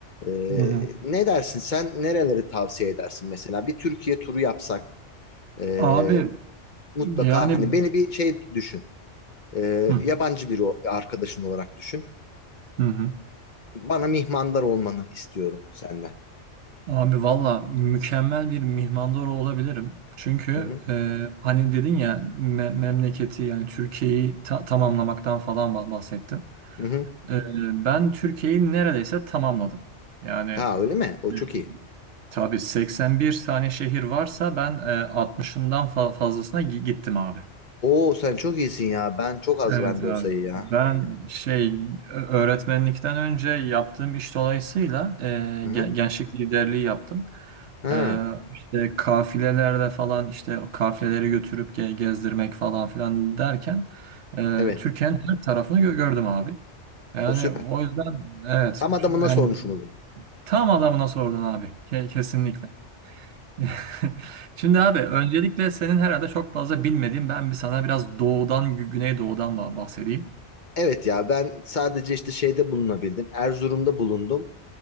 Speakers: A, on the left; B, on the right.
A: Ee,
B: Hı hı.
A: ne dersin sen nereleri tavsiye edersin mesela bir Türkiye turu yapsak ee,
B: Abi
A: mutlaka
B: yani
A: hani beni bir şey düşün Ee,
B: hı
A: yabancı bir o- arkadaşın olarak düşün
B: hı.
A: bana mihmandar olmanı istiyorum senden.
B: Abi valla mükemmel bir mihmandar olabilirim. Çünkü
A: Hı hı.
B: e, hani dedin ya me- memleketi yani Türkiye'yi ta- tamamlamaktan falan ba- bahsettin.
A: Hı hı.
B: E, ben Türkiye'yi neredeyse tamamladım. Yani
A: Ha öyle mi? O
B: e,
A: çok iyi.
B: tabii 81 tane şehir varsa ben e, 60'ından fa- fazlasına gi- gittim abi.
A: Oo sen çok iyisin ya ben çok az
B: Evet
A: bende
B: abi.
A: o sayı ya.
B: Ben şey ö- öğretmenlikten önce yaptığım iş dolayısıyla e,
A: Hı hı.
B: ge- gençlik liderliği yaptım.
A: Ha
B: E, işte kafilelerle falan işte o kafileleri götürüp ge- gezdirmek falan filan derken e,
A: evet
B: Türkiye'nin her tarafını gö- gördüm abi. Yani
A: o süper.
B: o yüzden evet
A: Tam adamına
B: hani
A: sormuşum o zaman.
B: tam adamına sordun abi. Ke- kesinlikle. <laughs> Şimdi abi öncelikle senin herhalde çok fazla bilmediğin ben bir sana biraz doğudan gü- güneydoğudan bah- bahsedeyim.
A: Evet ya ben sadece işte şeyde bulunabildim Erzurum'da bulundum.